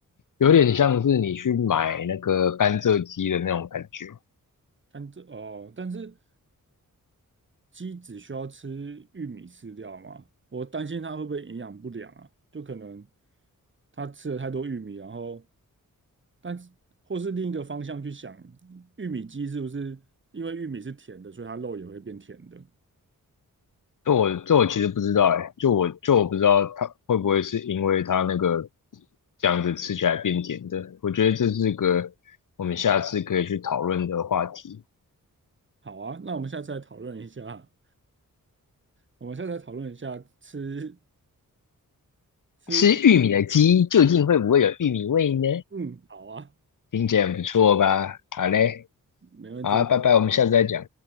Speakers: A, on the left; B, on the right.
A: 有点像是你去买那个甘蔗鸡的那种感觉。
B: 但这哦，但是鸡只需要吃玉米饲料吗？我担心它会不会营养不良啊？就可能它吃了太多玉米，然后，但是或是另一个方向去想，玉米鸡是不是因为玉米是甜的，所以它肉也会变甜的？
A: 这我这我其实不知道哎，就我就我不知道它会不会是因为它那个这样子吃起来变甜的，我觉得这是个我们下次可以去讨论的话题。
B: 好啊，那我们下次来讨论一下，我们下次来讨论一下吃吃，
A: 吃玉米的鸡究竟会不会有玉米味呢？
B: 嗯，好啊，
A: 听起来很不错吧？好嘞，
B: 没问题。
A: 好啊拜拜，我们下次再讲。